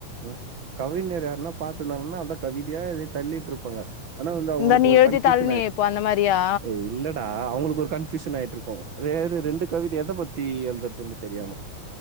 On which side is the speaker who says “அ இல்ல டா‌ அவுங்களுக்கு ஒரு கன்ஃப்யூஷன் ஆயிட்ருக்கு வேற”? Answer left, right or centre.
Right